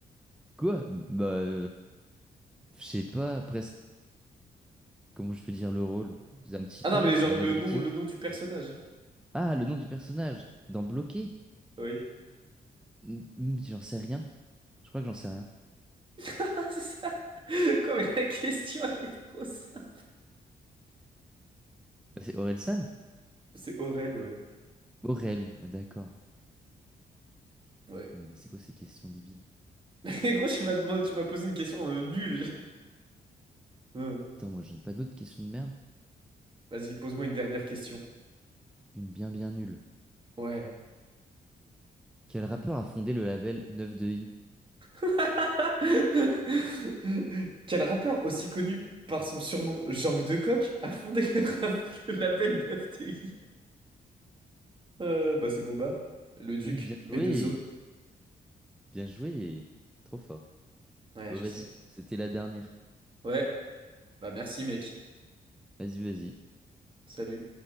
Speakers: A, in the centre; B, on the right.
A: Quoi? Bah, euh, je sais pas presque comment je peux dire le rôle. C'est Un petit
B: Ah
A: con,
B: non, mais genre
A: un
B: le
A: abruti.
B: nom, le nom du personnage.
A: Ah, le nom du personnage, dans Bloqué?
B: Oui. <laughs>
A: Hmm, hmm, J'en sais rien. Je crois que j'en sais rien.
B: Ah, c'est ça. <laughs> Quoi, mais la question, elle est trop simple.
A: Bah, c'est Aurel San?
B: C'est Aurel, ouais.
A: Aurel, bah, d'accord.
B: Ouais.
A: Mais c'est quoi ces questions débiles?
B: <laughs> Et gros, tu m'as demandé- tu m'as posé une question euh, nulle. Ouais.
A: Attends, moi, je n'ai pas d'autres questions de merde.
B: Vas-y, pose-moi une dernière question.
A: Une bien bien nulle.
B: Ouais.
A: Quel rappeur a fondé le label 92i?
B: <laughs> Quel rappeur aussi connu par son surnom Jambe de coq a fondé le, rap- le label 9TI? Euh, bah c'est Booba, le Duc,
A: Oui, bien joué!
B: B2O.
A: Bien joué! Trop fort.
B: Ouais,
A: Bon,
B: je
A: vas-y,
B: sais.
A: c'était la dernière.
B: Ouais, bah merci mec.
A: Vas-y, vas-y.
B: Salut.